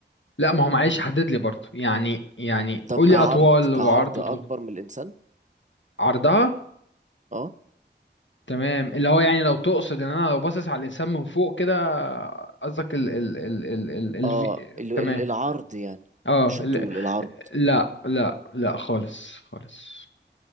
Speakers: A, on the left; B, on the right.
A: لا ما هو معلش حدد لي برضو يعني يعني
B: طب
A: قول
B: كعرض
A: لي اطوال
B: كعرض
A: وعرض وطول
B: أكبر من الإنسان
A: عرضها
B: أه
A: تمام اللي هو يعني لو تقصد ان انا لو باصص على الانسان من فوق كده قصدك ال ال ال ال ال الفي...
B: أه ال... ال-
A: تمام
B: العرض يعني
A: اه
B: مش
A: ال...
B: الطول العرض
A: لا لا لا خالص خالص